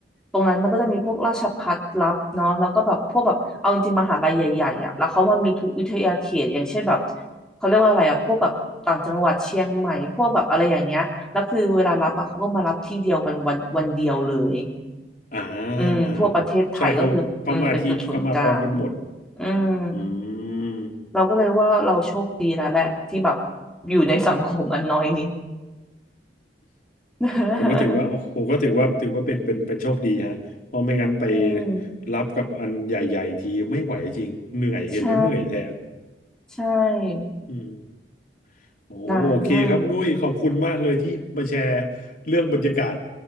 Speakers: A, in the centre; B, on the left.
A: ตรงนั้นมันก็จะมีพวกราชภัฏรับเนาะแล้วก็แบบพวกแบบเอาจริงๆมหาลัยใหญ่ๆอะแล้วเขามันมีทุกวิทยาเขตอย่างเช่นแบบเขาเรียกว่าอะไรอะพวกแบบต่างจังหวัดเชียงใหม่พวกแบบอะไรอย่างเงี้ย แล้วคือเวลารับอะเขาก็มารับที่เดียวกันวันวันเดียวเลย
B: อ่า
A: อืมทั่วประเทศไทยก็คืออืมเป็นจุดศูนย์กลาง
B: ใช่เขาเข้ามาที่เข้ามาพร้อมกันหมด
A: อืม
B: อืม
A: เราก็เลยว่าเราโชคดีแล้วแหละที่แบบอยู่ในสังคมอันน้อยนิด <laughs>
B: ผมก็ถือว่าโอ้ผมก็ถือว่าถือว่าเป็นเป็นเป็นโชคดีฮะเพราะไม่งั้นไป
A: อืม <laughs>
B: รับกับอันใหญ่ๆทีไม่ไหวจริง เหนื่อยเห็นแล้วเหนื่อยแทน
A: ใช่ใช่
B: อืม โอ้โอเคครับคุณนุ้ยขอบคุณมากเลยที่มาแชร์
A: นานมาก
B: เรื่องบรรยากาศ